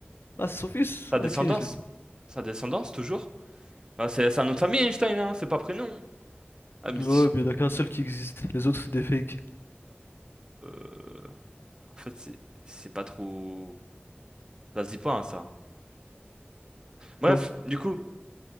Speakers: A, on the left (about 70°); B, on the right (about 20°).
A: Ah, c'est son fils?
B: Sa
A: Ok,
B: descendance,
A: je l'ai.
B: sa descendance, toujours. Ah, c'est c'est un autre famille, Einstein, hein, c'est pas prénom. hein. Ah, mais
A: Ouais,
B: si,
A: mais il y en a qu'un seul qui existe. Les autres, c'est des fakes.
B: euh, en fait, c'est c'est pas trop. Ça se dit pas, hein, ça. Bref,
A: Oh.
B: du coup,